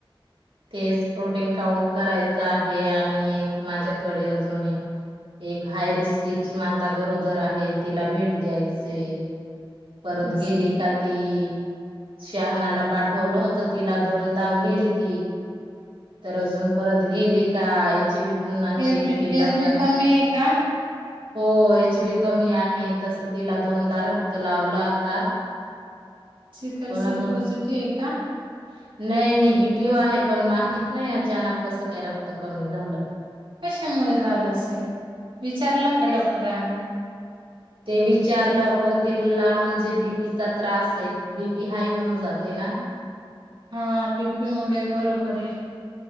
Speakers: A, on the right (about 80°); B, on the right (about 65°).
A: तेच प्रोटीन काउंट करायचं आहे आणि एक माझ्याकडे अजून एक-एक हायरिस्कीची माता गरोदर आहे तिला भेट द्यायचे. परत
B: असं
A: गेली का ती शहानाला पाठवलं होतं तिला, दोन दाव गेली ती. तर अजून परत गेली का इची बी पुन्हा चेक
B: एच बी
A: केलं
B: एच
A: का
B: बी कमी आहे का?
A: हो एच बी कमी आहे, तस तिला दोनदा रक् त लावलं आता.
B: सिकल
A: कोणाचं?
B: सेल पॉझिटिव्ह आहे का
A: <inaudible> नाही निगी टिव्ह आहे, पण माहित नाही अ अचानक कसं काय रक्त कमी झालं.
B: कशामुळे झालं असेल? विचारलं का?
A: तेच
B: ते डॉक्टर आहे ना
A: ते विचारलं पण तिला म्हणजे बीपीचा त्रास हाय. बीपी हाय होऊन जाते ना.
B: हां बीपी मुडे बरोबर आहे.